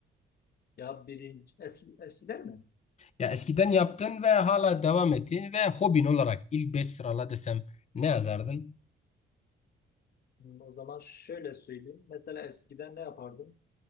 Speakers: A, on the left; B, on the left.
A: Ya biri eski, eskiden mi?
B: Ya eskiden yaptın ve hala devam ettiğin ve hobin olarak ilk 5 sırala desem ne yazardın?
A: Hmm, O zaman şöyle söyleyeyim. Mesela eskiden ne yapardım?